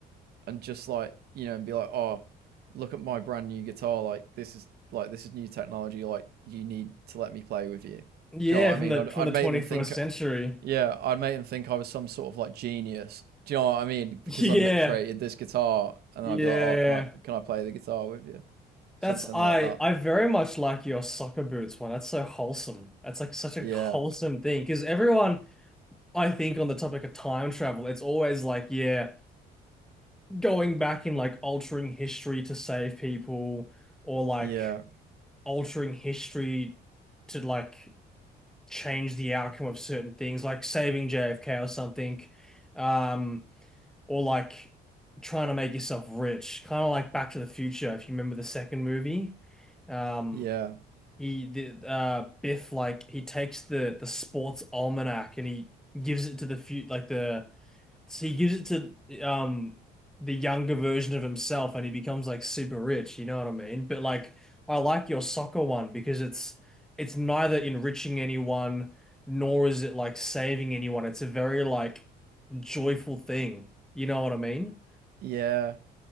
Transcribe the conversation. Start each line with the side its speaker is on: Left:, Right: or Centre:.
Right: and just like you know and be like oh look at my brand new guitar like this is like this is new technology like you need to let me play with you.
Centre: Yeah,
Right: Do you know what I
Centre: from
Right: mean?
Centre: the
Right: I'd I'd
Centre: from the 21st
Right: make them think
Centre: century.
Right: yeah,
Centre: <laughs>
Right: I'd make them think I was some sort of like genius. Do you know what I mean? Because
Centre: Yeah,
Right: I've created this guitar, and
Centre: yeah.
Right: I'd be like, "Oh, can I can I play the guitar with you?" Something
Centre: That's I
Right: like that.
Centre: I very much like your soccer boots one. That's so wholesome. That's like such a
Right: Yeah,
Centre: wholesome thing because everyone I think on the topic of time travel, it's always like, yeah, going back and like altering history to save people or like
Right: yeah,
Centre: altering history to like change the outcome of certain things, like saving JFK or something, um, or like trying to make yourself rich, kind of like Back to the Future, if you remember the second movie. Um,
Right: yeah,
Centre: he the uh Biff like he takes the the sports almanac and he gives it to the few like the So he gives it to um the younger version of himself and he becomes like super rich, you know what I mean? But like I like your soccer one because it's it's neither enriching anyone nor is it like saving anyone. It's a very like joyful thing. You know what I mean?
Right: yeah.